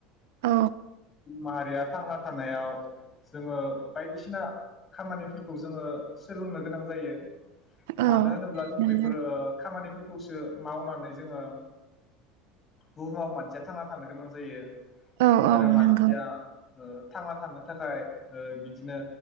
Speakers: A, on the right; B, on the left.
A: औ
B: माहारिया थांना थानायाव जोङो बायदिसिना खामानिफोरखौ जोङो सोलोंनो गोनां जायो
A: औ
B: मानो
A: औ
B: होनोब्ला जों
A: नंगौ
B: बेफोरो खामानि फोरखौसो मावनानै जोङो बुहुमाव मानसिया थांना थानो गोनां जायो
A: औ औ
B: आरो मानसिया
A: नंगौ
B: ओ थांना थानो थाखाय ओ बिदिनो